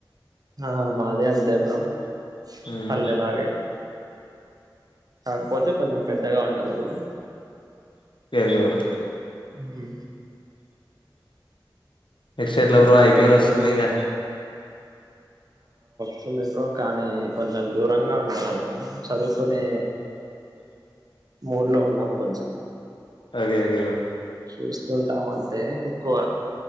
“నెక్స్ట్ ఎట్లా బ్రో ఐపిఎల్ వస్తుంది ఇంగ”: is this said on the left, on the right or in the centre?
Left